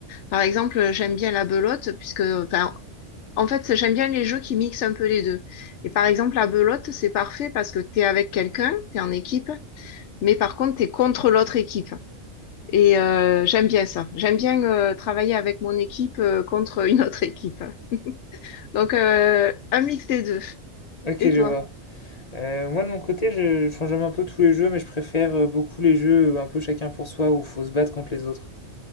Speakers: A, on the left (about 65°); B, on the left (about 45°).
A: Par exemple, j'aime bien la belote, puisque, enfin, En fait, j'aime bien les jeux qui mixent un peu les deux. Et par exemple, la belote, c'est parfait parce que t'es avec quelqu'un, t'es en équipe, mais par contre, t'es contre l'autre équipe. Et euh, j'aime bien ça. J'aime bien euh, travailler avec mon équipe euh, contre <laughs> une autre équipe. Donc, euh, un mix des deux.
B: Ok,
A: Et
B: je
A: toi?
B: vois. Euh, moi de mon côté, je, enfin, j'aime un peu tous les jeux, mais je préfère euh, beaucoup les jeux euh, un peu chacun pour soi où faut se battre contre les autres.